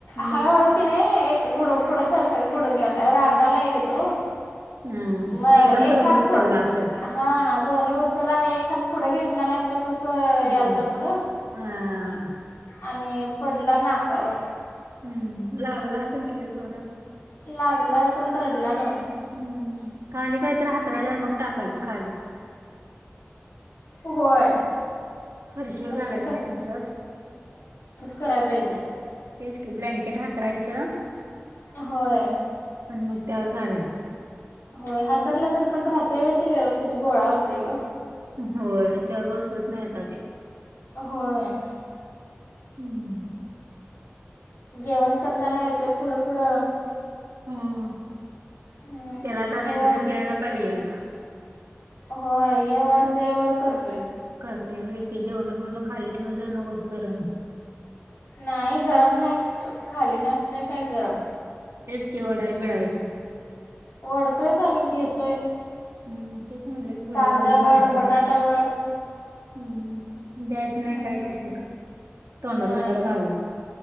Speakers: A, on the left; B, on the right.
A: हळूहळू
B: ल
A: क नाही. एक गुड पुढ सारखं गुड्या रांगाला एक तो.
B: हम्म
A: मग
B: ते एकदम
A: एक
B: दोन्ही
A: हात
B: उचलला
A: पुढ
B: असेल
A: हां दोन्ही उचला आणि एक हात पुढे घेतला नाहीत तसच
B: हम्म.
A: यालता पुडं
B: हा
A: आणि पडला नाकावर
B: हम्म लागला असल कि व जोरात
A: लागला असल रेड ला ना
B: हम्म खाली काही तर तर अंतरायचं मग टाकायचं खाली
A: होय
B: फरशीवर
A: तसंच
B: घालायचं नाही तसच
A: कराय पाहिजे
B: तेच की ब्लँकेट हातरायचं
A: होय
B: आणि मग त्यावर घालाय
A: होय हातरल पण राहते व ते व्यवस्थित गोळा होतय ग
B: होय त्यावर बसत नाही आता ते
A: होय
B: हम्म
A: जेवण करताना येतोय पुढं पुढं
B: हम्
A: हम्म
B: त्याला तर
A: हे
B: एकजण
A: वड
B: घ्यायला पाहिजेल आता
A: होय हे वढ ते वड करतोय
B: करतय होय की जेवण बीवन खाली ठेवत जाऊ नकोस गरम
A: नाही गरम नाही खाली नसते काय गरम
B: तेच की वढाय बिडायचं
A: वढतोयच आणि घेतोय
B: हम्म ते म्हणलं खोली
A: कांदा
B: अगोदर
A: वड
B: बारकी
A: बटाटा
B: हाय हम्म
A: वड
B: द्यायच नाही
A: हम्म.
B: कायच असल का तोंडात
A: नाही
B: बिंडात घालेल